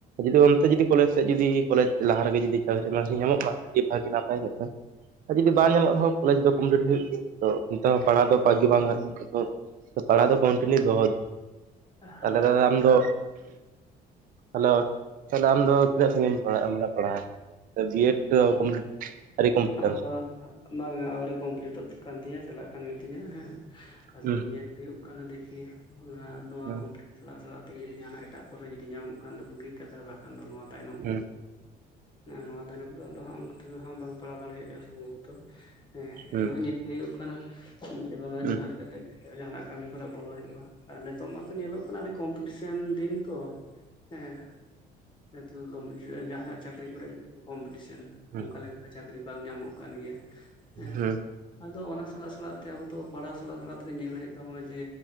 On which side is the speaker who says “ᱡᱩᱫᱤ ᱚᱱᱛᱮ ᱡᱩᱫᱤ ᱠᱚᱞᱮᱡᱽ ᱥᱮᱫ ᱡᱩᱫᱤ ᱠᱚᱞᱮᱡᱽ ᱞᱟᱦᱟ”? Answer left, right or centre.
Right